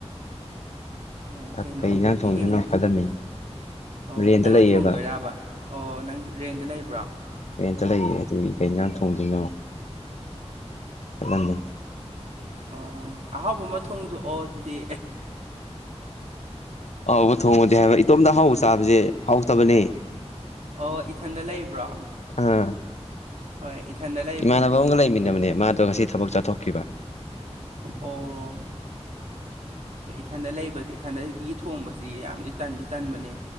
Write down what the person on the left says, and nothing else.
ꯆꯥꯛ
ꯀꯩ ꯏꯟꯖꯥꯡ ꯊꯣꯡꯗꯣꯏꯅꯣ
ꯈꯜꯂꯝꯃꯤ
ꯔꯦꯟꯇ
ꯂꯩꯌꯦꯕ
ꯔ‍ꯦꯟꯇ ꯂꯩꯌꯦ ꯑꯗꯨꯒꯤ ꯀꯩ ꯌꯦꯟꯖꯥꯡ ꯊꯣꯡꯗꯣꯏꯅꯣ ꯈꯜꯂꯝꯃꯤꯅꯤ
ꯑꯍꯥꯎꯕ ꯊꯣꯡꯉ‌ꯣꯗꯤ ꯍꯥꯏꯕ ꯏꯇꯣꯝꯇ ꯑꯍꯥꯎꯕ ꯆꯥꯕꯁꯦ ꯍꯥꯎꯇꯕꯅꯦ
ꯑꯥ
ꯏꯃꯥꯟꯅꯕ ꯑꯃꯒ ꯂꯩꯃꯤꯟꯅꯕꯅꯦ ꯃꯥꯗꯣ ꯉꯁꯤ ꯊꯕꯛ ꯆꯠꯊꯣꯛꯈꯤꯕ